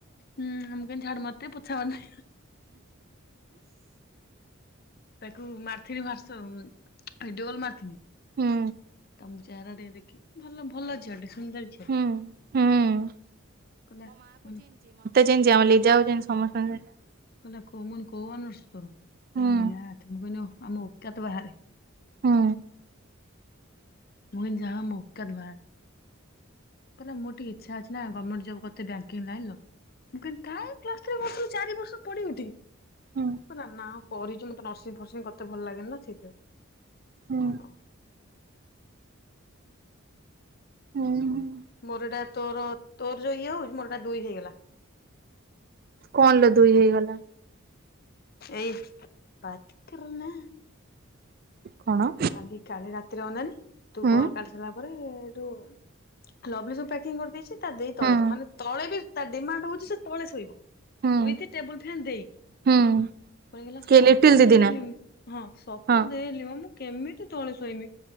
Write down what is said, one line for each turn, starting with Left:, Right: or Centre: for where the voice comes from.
Left: ହୁଁ ମୁଁ କହିଲି ଝାଡୁ ମାରତେ ପୋଛା ମା ତାକୁ ମାରିଥିନି ହ୍ବାର୍ଟସପ କୁ ଭିଡିଓ କଲ ମାରଥିନି
Right: ହୁଁ।
Left: ମୁଁ ଚେରା ଟିକେ ଦେଖି ଭଲ ଭଲ ଝିଅ ଟେ ସୁନ୍ଦର ଝିଅଟେ
Right: ହୁଁ ହୁଁ।
Left: କଲା ମୁକନି
Right: ଚିନଚି ଆମ ଲିଜାକୁ ଚିନଚି ସମସ୍ତଙ୍କୁ ସେ
Left: ମୁଁ କଇନି କୋଉ ଅନରସ୍ ତୋର?
Right: ହୁଁ
Left: କହିଲା ମ୍ୟାଥ୍ ମୁଁ କଇନି ଓହୋ। ଆମ ଓକାତ ବାହାରେ।
Right: ହୁଁ।
Left: ମୁ କଇନି ଯାହା ହୋଉ ଆମ ଓକାତ ବାହାରେ। କହିଲା ମୋର ଟିକେ ଇଚ୍ଛା ଅଛି ନା ଗମେଣ୍ଟ ଜବ କରିତେ ବ୍ୟାଙ୍କିଙ୍ଗ ଲାଇନ୍ ର ମୁଁ କଇନି କାଇଁ ପ୍ଲସ ଥ୍ରୀ କରୁଥିଲୁ ଚାରି ବର୍ଷ ପଡି ଉଠି କି?
Right: ହୁଁ।
Left: କହିଲା ନା କରିଛୁ ମୋତେ ନର୍ସିଂ ଫର୍ସିଂ କରିତେ ଭଲ ଲାଗେନି ନା ସେଇଥିପାଇଁ।
Right: ହୁଁ
Left: ମୁଁ କହିଲି ଓହୋ
Right: ଉଁ ହୁଁ।
Left: ମୋରି ଏଇଟା ତୋର ତୋର ଯୋଏ ଇଏ ହୋଉଚି ମୋରି ଏଟା ଦୁଇ ହେଇଗଲା।
Right: କଣ ଲୋ ଦୁଇ ହେଇଗଲା?
Left: ଏଇ <unintelligible> ନା।
Right: କଣ
Left: କାଲି କାଲି ରାତିରେ ଅନାନି ତୁ
Right: ହୁଁ
Left: କଲ୍ କାଟି ସାରିଲା ପରେ ଏଠୁ ଲଗେଜ୍ ସବୁ ପ୍ୟାକିଂ କରିଦେଇଛି। ତା ଦେଇ ଶୁ
Right: ହୁଁ
Left: ତଳେ ମାନେ ତଳେ ବି ତା ଡିମାଣ୍ଡ ହଉଛି ସେ ତଳେ ଶୋଇବ। ୱିଥ
Right: ହୁଁ
Left: ଟେବୁଲ ଫ୍ୟାନ ଦେଇ,
Right: ହୁଁ
Left: ପୁଣି ଗଲା
Right: କିଏ
Left: ସବୁ
Right: ଲିଟିଲ ଦିଦି
Left: ଦେଇଲି
Right: ନା
Left: ମୁଁ ହଁ ସପ
Right: ହଁ
Left: ଦେଲି ମୁଁ କେମିତି ତଳେ ଶୋଇମି।